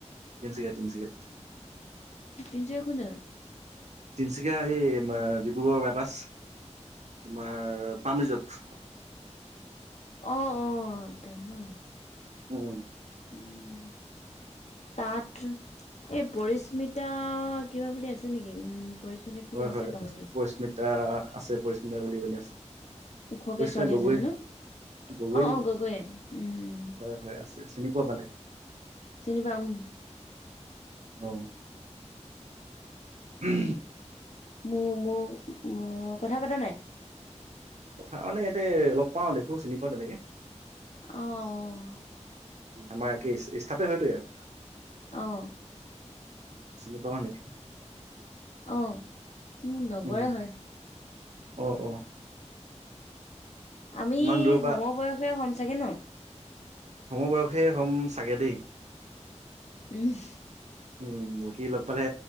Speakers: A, on the right; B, on the left.
A: তিনিচুকীয়া তিনিচুকীয়াত।
B: তিনিচুকীয়া কোন জেগাত?
A: তিনিচুকীয়া এই ডিব্ৰুগড়ৰ বাইপাছ। তোমাৰ পামৰিজৰ্ট।
B: অ' অ' তাত ন।
A: উম
B: উম তাত, সেই পৰিস্মিতা কিবা বুলি আছে নেকি? উম, পৰিস্মিতা কি
A: হয়,
B: লিখিছিলে
A: হয়
B: পাহৰি থাকিলো
A: পৰিস্মিতা আছে, পৰিস্মিতা বুলি এজনী আছে।
B: ওখকে
A: পৰিস্মিতা
B: ছোৱালী
A: গগৈ,
B: এজনী ন?
A: গগৈ
B: অহ
A: নেকি?
B: অহ গগৈয়ে, উম!
A: হয়, হয়, আছে চিনি পোৱা মানে
B: চিনি পাওঁ উম।
A: উম! উম
B: মোৰ, মোৰ উম কথা পতা নাই?
A: কথা মানে ইয়াতে লগ পাওঁ দেখো চিনি পাওঁ তেনেকে।
B: অহ
A: আমাৰ একেই স্থাপে হয়তো ইয়াৰ।
B: অ'
A: চিনি পাৱ নেকি?
B: অ' মোৰ লগৰে
A: উম
B: হয়।
A: অ' অ'
B: আমি
A: ইমান দূৰৰ পৰা
B: সমবয়সে হ'ম চাগে ন?
A: সমবয়সে হম চাগে দেই।
B: উম!
A: উম, বাকী লগ পালে